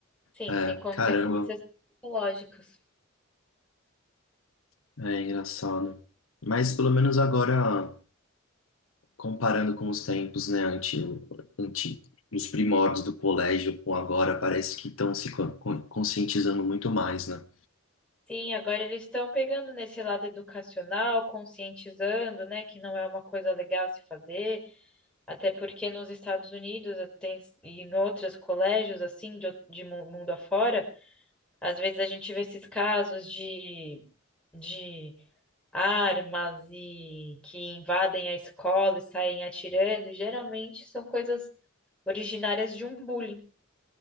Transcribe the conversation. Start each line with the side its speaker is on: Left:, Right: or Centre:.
Centre: sim,
Left: É,
Centre: tem consequências
Left: caramba,
Centre: psicológicas.
Left: é engraçado. Mas pelo menos agora, comparando com os tempos, né? Antigo, antigo. Os primórdios do colégio com agora parece que estão se co- co- conscientizando muito mais, né?
Centre: Sim, agora eles estão pegando nesse lado educacional, conscientizando, né, que não é uma coisa legal se fazer, até porque nos Estados Unidos eh, tem, e em outros colégios, assim, de, ou- de mu- mundo afora, às vezes a gente vê esses casos de, de armas e que invadem a escola e saem atirando, e geralmente são coisas originárias de um bullying.